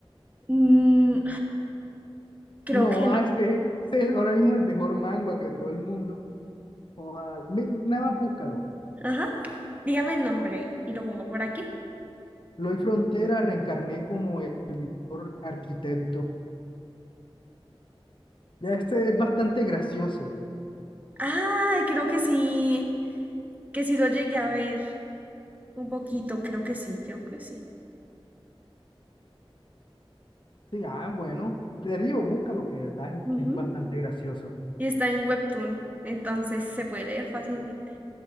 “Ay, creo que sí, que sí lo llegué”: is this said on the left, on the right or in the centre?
Right